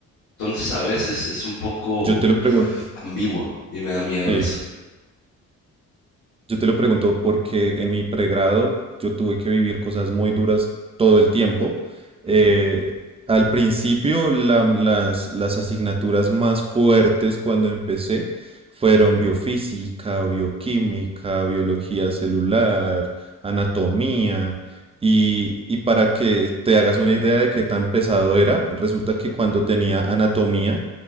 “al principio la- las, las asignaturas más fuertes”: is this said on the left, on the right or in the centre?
Right